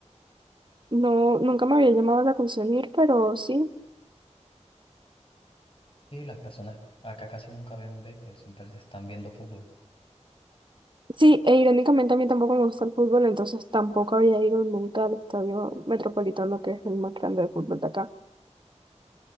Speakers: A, on the right; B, on the left.
A: No, nunca me había llamado la atención ir, pero sí.
B: Sí, las personas acá casi nunca ven béisbol, siempre se están viendo fútbol.
A: Sí, e irónicamente a mí tampoco me gusta el fútbol, entonces tampoco había ido nunca al estadio Metropolitano, que es el más grande de fútbol de acá.